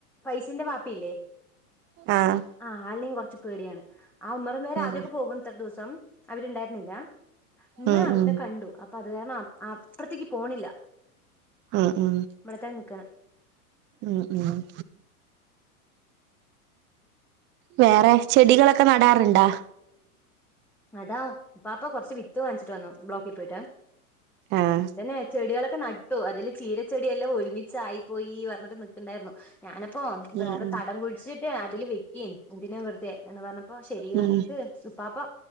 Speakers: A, in the centre; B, on the right (about 25°).
A: പൈസിന്റെ വാപ്പില്ലേ
B: ആഹ്
A: ആഹ് ആള്നേം കൊർച്ച് പേടിയാണ് ആ ഉമ്മറം വരെ
B: ഉം
A: ആദ്യൊക്കെ പോകും ഇത്ര ദിവസം അവരിണ്ടായിരുന്നില്ലാ ഇന്ന്
B: ഉം
A: അവര്ന്നെ
B: ഉം
A: കണ്ടു അപ്പൊ അത് കാരണം അ അപ്പർത്ത്ക്ക് പോണില്ല
B: ഉ ഉം
A: ഇവിടെത്തന്നെ നിക്കാണ്
B: ഉം ഉം വേറെ ചെടികളൊക്കെ നടാറുണ്ടാ
A: അതാ ഉപ്പാപ്പ കൊറച്ച് വിത്ത് വാങ്ങിച്ചിട്ട് വന്നു ബ്ലോക്കിൽ പോയിട്ട്
B: ആഹ്
A: എന്തിനാ ചെടികളൊക്കെ ന ട്ടു അതില് ചീരച്ചെടിയെല്ലാം ഒരുമിച്ചായിപ്പോയി പറഞ്ഞിട്ട് നിക്കണ്ടാരുന്നു ഞാനപ്പോ വേറെ
B: ഉം ഉം
A: തടം കുഴിച്ചിട്ട് അതില് വെക്കിൻ എന്തിനാ വെറുതെ എന്ന് പറഞ്ഞപ്പോ ശരി
B: ഉം
A: പറഞ്ഞ് ത് ഉപ്പാപ്പ